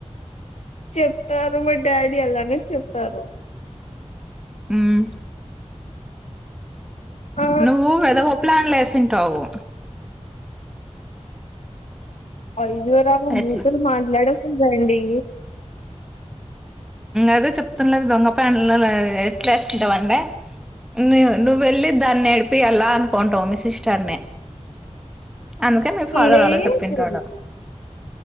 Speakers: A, on the left (about 65°); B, in the centre.
A: చెప్తారు మా డాడీ అలానే చెప్తారు.
B: ఉమ్
A: ఆ
B: నువ్వు వెదవ ప్లాన్ లేసి ఉంటావు.
A: వయి ఎవర్రాము బూతులు
B: ఎట్లా
A: మాట్లాడావ్ రండి
B: అదే చెప్తుండలేదు దొంగప్లాన్స్ ఎట్లేస్తుంటావంటే ను నువ్వు వెళ్ళి దాన్ని ఏడిపియ్యాల అనుకుంటావు మీ సిస్టర్ని. అందుకే మీ ఫాదర్
A: లేదు
B: అలా చెప్పింటాడు.